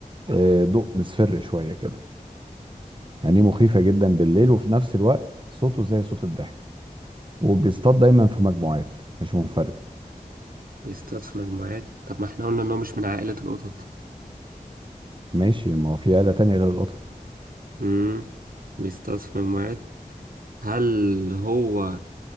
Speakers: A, on the right (about 35°); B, on the right (about 70°).
A: آه، ضوء مصفر شويه كده يعني مخيفه جدا بالليل وفي نفس الوقت صوته زي صوت الضحك وبيصطاد دايما في مجموعات مش منفرد
B: بيصطاد في مجموعات طب ما احنا قلنا ان هو مش من عائلة القطط
A: ماشي ما هو في آلة تانية غير القطط
B: امم بيصطاد في مجموعات هل هو